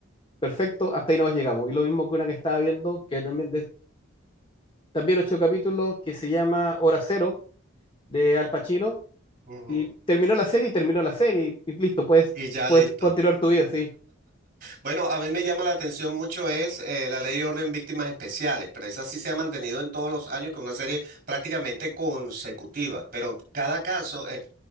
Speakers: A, on the left; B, on the right.
A: perfecto, hasta ahí nomás llegamos. Y lo mismo que una que estaba viendo, que también, de- también ocho capítulos, que se llama Hora Cero, de Al Pacino,
B: Ujú.
A: y terminó la serie y terminó la serie y, y listo, puedes,
B: Y ya
A: puedes
B: listo.
A: continuar tu vida, sí,
B: Bueno, a mí me llama la atención mucho es eh, la ley de orden víctimas especiales, pero esa sí se ha mantenido en todos los años con una serie prácticamente consecutiva, pero cada caso, eh,